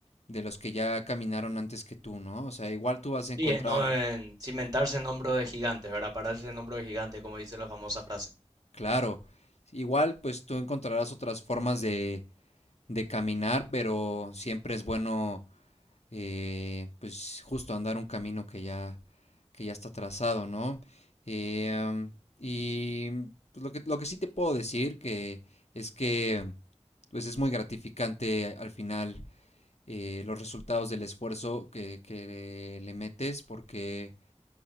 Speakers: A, on the left; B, on the right.
A: de los que ya caminaron antes que tú, ¿no? O sea, igual tú vas
B: Sí,
A: a encontrar,
B: eh, no en cimentarse en hombros de gigantes, ¿verdad? Pararse en hombros de gigantes, como dice la famosa frase.
A: claro, igual pues tú encontrarás otras formas de, de caminar, pero siempre es bueno eh, pues justo andar un camino que ya, que ya está trazado, ¿no? Eh, am, y pues, lo que, lo que sí te puedo decir que es que pues es muy gratificante al final eh, los resultados del esfuerzo que, que le metes porque